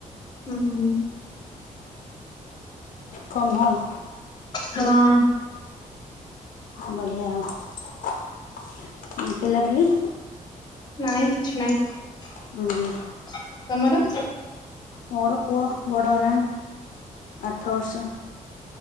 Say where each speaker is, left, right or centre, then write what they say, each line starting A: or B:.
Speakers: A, on the left; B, on the left.
A: ହୁଁ।
B: ଫମ ହବ୍।
A: ହଁ
B: ହ ବଢିଆ ଆ ପିଲାପିଲି।
A: ନାଇଁ କିଛି ନାଇଁ
B: ହୁଁ ହୁଁ
A: ତମର।
B: ମୋର ପୁଅ ବଡ ହେଲାଣି ଆଠ ବର୍ଷ